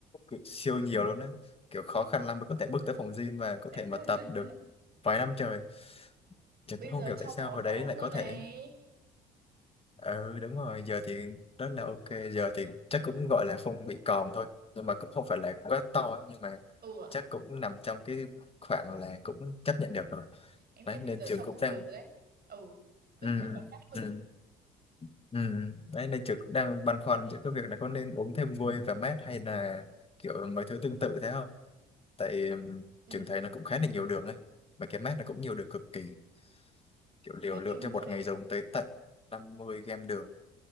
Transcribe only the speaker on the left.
cực- siêu nhiều luôn á Kiểu khó khăn lắm mới có thể bước tới phòng gym Và có
thể mà tập được vài năm trời Chứ
cũng không
hiểu
tại sao
hồi
đấy lại
có
thể ừ đúng rồi giờ thì rất là ok giờ thì chắc cũng gọi là phông bị còm thôi nhưng mà cũng không phải là quá to ấy. nhưng mà
chắc cũng nằm trong cái khoảng là cũng chấp nhận được rồi
đấy
nên
trường
cũng
đang
ừ,
ừ, ừ. đấy nên trường cũng đang băn khoăn giữa cái việc là có nên uống thêm vôi và mát hay là kiểu mấy thứ tương tự thế không tại ừm,
trường thấy nó cũng khá là nhiều đường ấy mà cái mát nó cũng nhiều đường cực kỳ kiểu liều
lượng
cho một
ngày dùng tới tận 50 gram đường